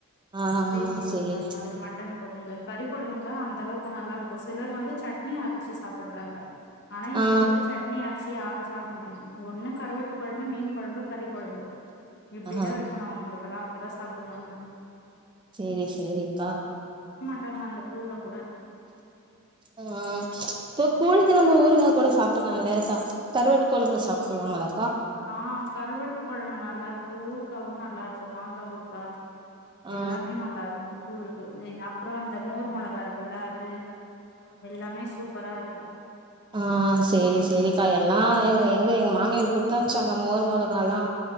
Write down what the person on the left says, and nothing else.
பீஃப் கொழம்பு
அது மாதிரி மட்டன் கொழம்பு கறி கொழம்பு தான் அந்த அளவுக்கு நல்லா இருக்கும் சிலர் வந்து சட்னி அரச்சு சாப்பிடுறாங்க ஆனா
எங்க வீட்டுல சட்னி அரச்சி யாரும் சாப்பிட மாட்டாங்க ஒண்ணு கருவாட்டு கொழம்பு மீன் குழம்பு கறி குழம்பு இப்பிடிதா
வைக்கணு அவங்களுக்கெல்லா அப்பதா சாப்பிடுவாங்க
அங்க அந்த கூழ கூட
ஆஹ் கருவாட்டு கெழம்பு நல்லா இருக்கு ஊர்காவு நல்லா இருக்கு இப்ப மாங்கா ஊர்கா
எல்லாமே நல்லா இருக்கு கூழுக்கு அப்றோ இந்த மோர் மிளகா இருக்குல்ல அது எல்லாமே சூப்பரா இருக்கு